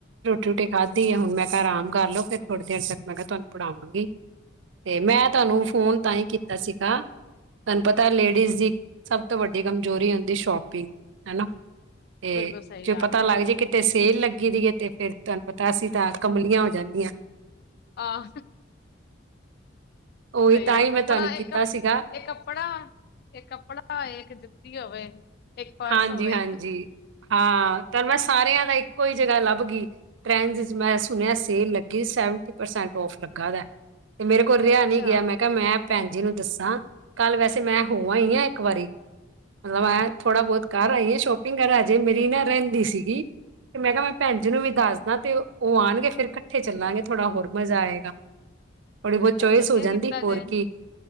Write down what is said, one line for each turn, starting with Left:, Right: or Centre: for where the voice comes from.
Right: ਰੋਟੀ ਰੋਟੀ ਖਾਧੀ ਹੈ ਹੁਣ ਮੈਂ ਕਿਹਾ ਆਰਾਮ ਕਰ ਲ ਫਿਰ ਥੋੜੀ ਦੇਰ ਤੱਕ ਮੈਂ ਕਿਹਾ ਤੁਹਾਨੂੰ ਪੜਾਵਾਂਗੀ ਤੇ ਮੈਂ ਤੁਹਾਨੂੰ ਫੋਨ ਤਾਂ ਹੀ ਕੀਤਾ ਸੀਗਾ ਤੁਹਾਨੂੰ ਪਤਾ ਲੇਡੀਜ਼ ਦੀ ਸਭ ਤੋਂ ਵੱਡੀ ਕਮਜ਼ੋਰੀ ਹੁੰਦੀ ਸ਼ੋਪਿੰਗ ਹਨਾ ਤੇ
Left: ਬਿਲਕੁਲ ਸਹੀ
Right: ਜੋੇ
Left: ਗੱਲ
Right: ਪਤਾ
Left: ਹੈ
Right: ਲੱਗ ਜਾੇ ਕਿ ਤੇ ਸੇਲ ਲੱਗੀ ਦੀ ਹੈ ਤੇ ਫੇਰ ਤੁਹਾਨੂੰ ਪਤਾ ਅਸੀਂ ਤਾਂ ਕਮਲੀਆਂ ਹੋ ਜਾਂਦੀਆ
Left: ਆਹ
Right: ਉਹੀ
Left: ਸਹੀ
Right: ਤਾਂ
Left: ਹੈ
Right: ਹੀ
Left: ਕੱਪੜਾ
Right: ਮੈਂ ਤੁਹਾਨੂੰ
Left: ਇਹ
Right: ਕੀਤਾ ਸੀਗਾ
Left: ਇਹ ਕੱਪੜਾ ਇਹ ਕੱਪੜਾ ਇੱਕ ਜੁੱਤੀ ਹੋਵੇ ਇੱਕ ਪਰਸ
Right: ਹਾਂਜੀ
Left: ਹੋਵੇ
Right: ਹਾਂਜੀ ਹਾਂ ਤ ਮੈਂ ਸਾਰਿਆਂ ਦਾ ਇੱਕੋ ਹੀ ਜਗ੍ਹਾ ਲੱਭ ਗਈ ਟ੍ਰੈਂਡਜ਼ ਮੈਂ ਸੁਣਿਆ ਸੇਲ ਲੱਗੀ ਸੈਵਨਟੀ ਪਰਸੈਂਟ ਔਫ ਲੱਗਾ ਦਾ ਹੈ ਤੇ ਮੇਰੇ ਕੋਲ ਰਿਹਾ
Left: ਅੱਛਾ
Right: ਨ ਨਹੀਂ ਗਿਆ ਮੈਂ ਕਿਹਾ ਮੈਂ ਭੈਣ ਜੀ ਨੂੰ ਦੱਸਾਂ ਕੱਲ ਵੈਸੇ ਮੈਂ ਹੋਵ ਹੀ ਆਾਂ ਇੱਕ ਵਾਰੀ ਮਤਲਬ ਮ ਥੋੜਾ ਬਹੁਤ ਘ ਆਈ ਆਏ ਸ਼ੋਪਿੰਗ ਕਰ ਆਜੇ ਮੇਰੀ ਨਾ ਰਹਿੰਦੀ ਸੀਗੀ ਤੇ ਮੈਂ ਕਿਹਾ ਮੈਂ ਭੈਣ ਜੀ ਨੂੰ ਵੀ ਦੱਸਦਾ ਤੇ ਉਹ ਆਉਣਗੇ ਫੇਿਰ ਇਕੱਠੇ ਚੱਲਾਂਗੇ ਥੋੜਾ ਹੋਰ ਮਜ਼ਾ ਆਏਗਾ ਥੋੜ੍ਹੀ ਬਹੁਤ ਚੋਇਸ
Left: ਵਧੀਆ
Right: ਹੋ
Left: ਕੀਤਾ
Right: ਜਾਂਦੀ ਹੋਰ
Left: ਜੇ
Right: ਕੀ